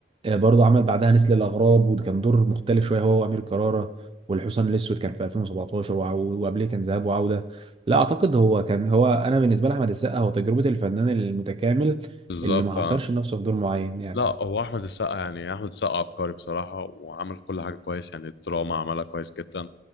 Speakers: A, on the right; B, on the left.
A: آه، برضه عمل بعدها نسل الأغراب وكان دور مختلف شوية هو وأمير كرارة والحصان الأسود كان في 2017 وع- وقبليه كان ذهاب وعودة لا أعتقد هو كان هو أنا بالنسبة لأحمد السقا هو تجربة الفنان المتكامل
B: بالظبط
A: اللي ما
B: اه
A: حصرش نفسه في دور معين يعني
B: لا هو احمد السقا يعني احمد السقا عبقري بصراحه وعمل كل حاجه كويس يعني الدراما عملها كويس جدا